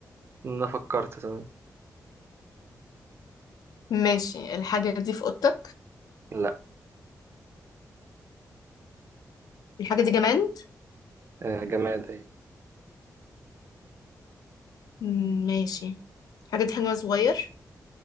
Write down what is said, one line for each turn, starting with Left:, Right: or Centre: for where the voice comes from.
Right: انا فكرت تمام
Left: ماشي الحاجة دي في أوضتك؟
Right: لا
Left: الحاجة دي جماد
Right: آه، جماد اهي
Left: مم، ماشي الحاجة دي حجمها صغير